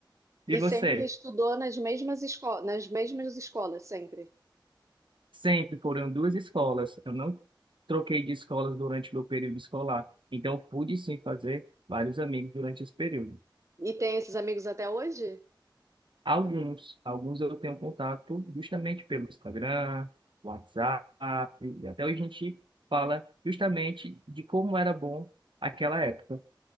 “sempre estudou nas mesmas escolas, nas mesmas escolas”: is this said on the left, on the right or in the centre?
Right